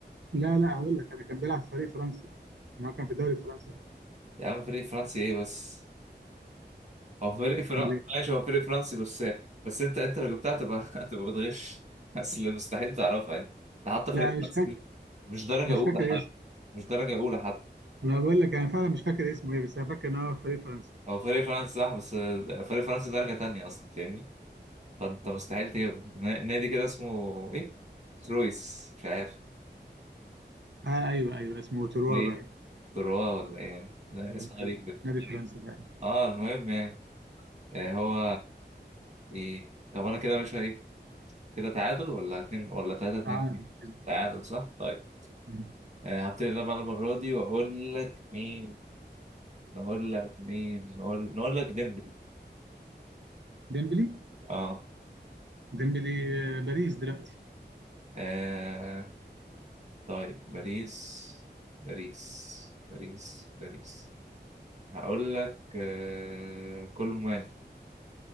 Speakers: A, on the right; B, on the right.
A: لا لا هقول لك انا كان بيلعب في فريق فرنسي ما هو كان في الدوري الفرنسي أصلاً.
B: يا عم فريق فرنسي ايه بس هو فريق فرنسي
A: امال ايه؟
B: ماشي هو فريق فرنسي بس بس انت انت لو جبتها تبقى <laughs> تبقى بتغش اصل مستحيل تعرفها يعني ده حتى فريق
A: لا أنا
B: فرنسي
A: مش فاكر
B: مش مش درجة
A: مش
B: أولى
A: فاكر
B: حتى
A: اسمه
B: مش درجة أولى حتى
A: انا بقول لك انا فعلا مش فاكر اسمه ايه بس انا فاكر ان هو في فريق فرنسي
B: هو فريق فرنسي صح بس فريق فرنسي درجة تانية أصلا فاهمني فأنت مستحيل تجيبه ن- نادي كده اسمه إيه؟ ترويس مش عارف
A: آه ايوه ايوه اسمه تروا
B: ليه؟
A: باين
B: تروا ولا إيه؟ ده
A: ايوه
B: اسم غريب
A: ايوه
B: كده
A: نادي فرنسي باين
B: أه المهم يعني آه، هو إيه؟ طب أنا كده يا باشا إيه؟ كده تعادل ولا اتنين ولا تلاتة اتنين
A: تعال
B: اتنين؟
A: كده.
B: تعادل صح؟ طيب
A: مم.
B: آه، هبتدي أنا بقى المرة دي وأقول لك مين؟ نقول لك مين؟ نقول نقول لك ديمبلي
A: ديمبلي
B: أه
A: ديمبلي آه، باريس دلوقتي
B: آه، طيب باريس باريس باريس باريس هقول لك آه... كولومواني